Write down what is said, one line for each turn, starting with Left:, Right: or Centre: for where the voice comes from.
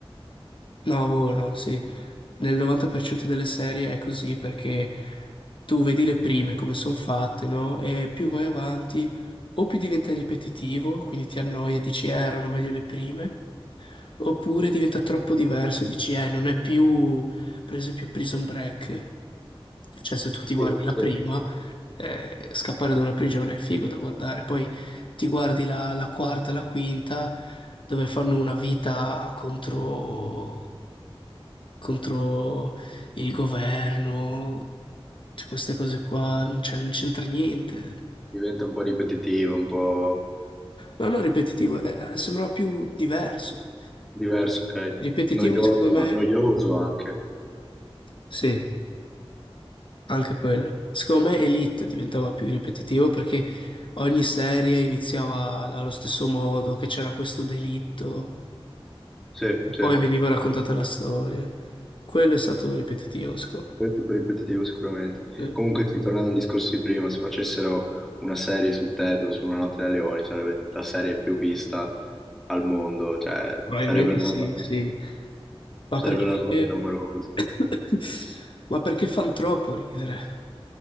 Left: No, boh, no, sì. Nel 90% delle serie è così perché tu vedi le prime come sono fatte, no? E più vai avanti, o più diventa ripetitivo, quindi ti annoia e dici, eh, erano meglio le prime, Oppure diventa troppo diverso, dici, eh, non è più, per esempio, Prison Break. Cioè, se tu ti guardi
Centre: Sì,
Left: la
Centre: sì.
Left: prima, eh, scappare da una prigione è figo da guardare. Poi ti guardi la, la quarta, la quinta, dove fanno una vita contro, contro il governo. Cioè, queste cose qua, non c'è- non c'entra niente.
Centre: Diventa un po' ripetitivo, un po'
Left: No, no, ripetitivo, eh, eh, sembrava più diverso.
Centre: diverso, ok?
Left: Ripetitivo,
Centre: Noioso,
Left: secondo me,
Centre: noioso anche.
Left: Sì, anche quello. Secondo me Elite diventava più ripetitivo perché ogni serie iniziava allo stesso modo, che c'era questo delitto,
Centre: Sì, sì.
Left: poi veniva raccontata la storia. Quello è stato ripetitivo, secondo
Centre: È tutto ripetitivo sicuramente.
Left: me.
Centre: Comunque,
Left: Sì.
Centre: sì, tornando al discorso di prima, se facessero una serie su Ted o su Una notte da leoni, sarebbe la serie più vista al mondo, cioè
Left: Probabilmente
Centre: sarebbe una
Left: sì,
Centre: roba,
Left: sì. Ma
Centre: sarebbe
Left: perché...
Centre: una roba clamorosa.
Left: <coughs> Ma perché fan troppo ridere?